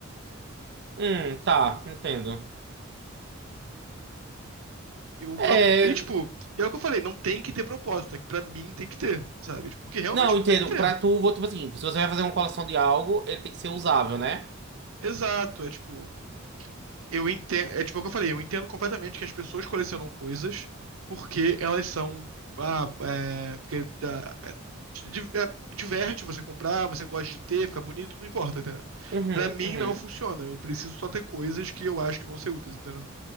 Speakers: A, on the right; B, on the right.
A: Hum, tá, entendo.
B: E, o
A: É.
B: propo... e tipo, e é o que eu falei, não tem que ter propósito, é que pra mim tem que ter, sabe? Tipo, porque realmente
A: Não,
B: não
A: entendo.
B: tem que ter.
A: Pra tu, vou- tipo assim, se você vai fazer uma coleção de algo, ele tem que ser usável, né?
B: Exato, é tipo, Eu entendo, é tipo o que eu falei, eu entendo completamente que as pessoas colecionam coisas porque elas são, ah, é, porque dá- é, te di- é, diverte você comprar, você gosta de ter, fica bonito, não importa, entendeu?
A: Uhum,
B: Pra mim
A: uhum.
B: não funciona, eu preciso só ter coisas que eu acho que vão ser úteis, entendeu?